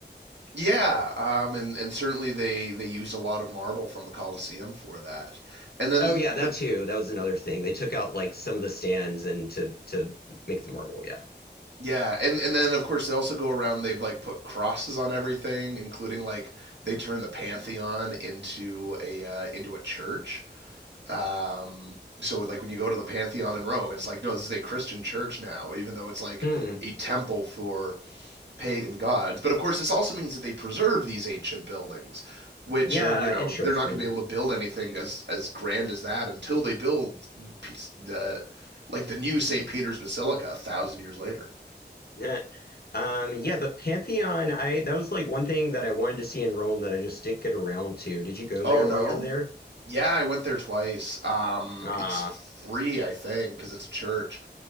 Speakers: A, on the right; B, on the left.
A: Yeah, um, and and certainly they they used a lot of marble from the Colosseum for that, and then
B: Oh yeah, that
A: but
B: too. That was another thing. They took out like some of the stands and to to make the marble. Yeah.
A: yeah, and and then of course they also go around. They've like put crosses on everything, including like they turn the Pantheon into a uh, into a church. Um, so like when you go to the Pantheon in Rome, it's like no, this is a Christian church now, even though it's like
B: Hmm.
A: a temple for pagan gods. But of course, this also means that they preserve these ancient buildings, which
B: Yeah.
A: are you know
B: Interesting.
A: they're not going to be able to build anything as as grand as that until they build the like the new St. Peter's Basilica a thousand years later.
B: Eh. Um. Yeah. The Pantheon. I that was like one thing that I wanted to see in Rome that I just didn't get around to. Did you go
A: Oh
B: there
A: no,
B: while you were there?
A: yeah, I went there twice. Um,
B: Ah.
A: it's free, I think, because it's a church.